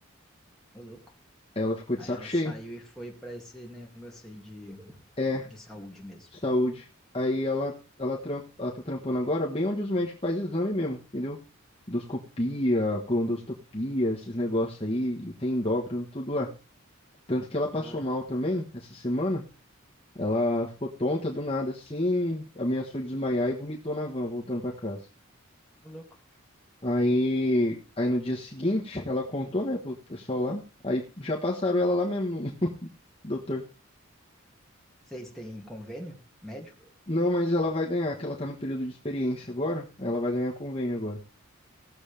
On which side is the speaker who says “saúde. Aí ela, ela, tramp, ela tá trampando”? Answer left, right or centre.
Left